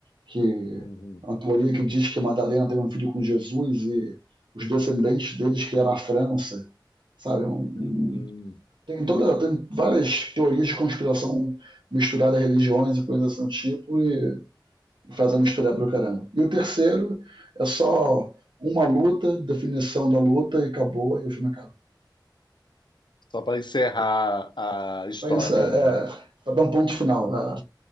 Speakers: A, on the right (about 75°); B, on the left (about 70°).
A: que
B: Uhum.
A: é uma teoria que diz que Madalena teve um filho com Jesus e os descendentes deles criaram a França, sabe? É Um,
B: Uhum.
A: um, tem, toda, tem várias teorias de conspiração misturada a religiões e coisas desse tipo e, e faz a misturada pro caramba. E o terceiro é só uma luta, definição da luta e acabou e o filme acaba.
B: Só para encerrar a história,
A: Pensa, é,
B: né?
A: é, para dar um ponto final. É,